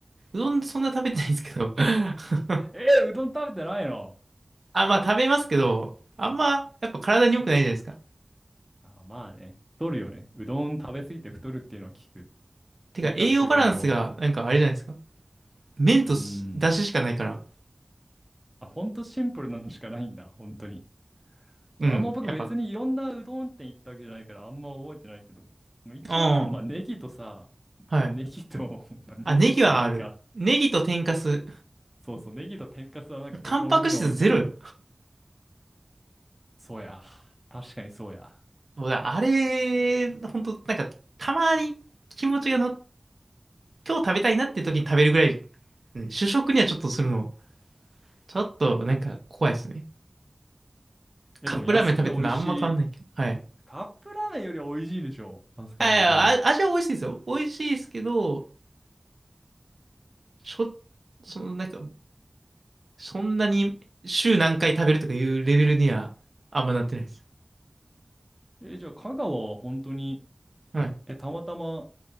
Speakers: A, on the right; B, in the centre.
A: どんそんな食べてないんですけど。<laughs>
B: えーうどん食べてないの
A: あ、まあ食べますけど、あんまやっぱ体に良くないじゃないですか。
B: ああ、まあね。太るよね。うどん食べ過ぎて太るっていうのは聞く。
A: てか栄養バランスがなんかあれじゃないですか。
B: 生活習慣病とか。
A: 麺とし出汁しかないから。
B: うーん。あ、ほんとシンプルなのしかないんだ。本当に。
A: うん。
B: あんま僕別にいろんなうどん店行ったわけじゃないからあんま覚えてないけど。
A: やっぱ、
B: まあ一応なんかまあネギとさ、
A: うん。はい。
B: ネギと、<laughs> まあ、ネギしかないか。
A: あ、ネギはある。ネギと天かす。
B: そうそう、ネギと天かすはなんかどこの店にも置いてあるかな。
A: タンパク質ゼロよ。
B: そうや。確かにそうや。
A: そうだあれ、ほんと、なんか、たまに気持ちがの、今日食べたいなって時に食べるぐらい、うん主食にはちょっとするの、ちょっとなんか怖いですね。
B: え、
A: カップラーメン食べてるのあんま変わんないけど。
B: でも安くて美味しい。
A: はい。
B: カップラーメンよりは美味しいでしょ。さすがにうどん。
A: あ、いやあ味は美味しいですよ。美味しいですけど、しょ、その、なんか、そんなに週何回食べるとかいうレベルにはあんまなってないです。
B: え、じゃあ香川は本当に、
A: はい。
B: え、たまたま、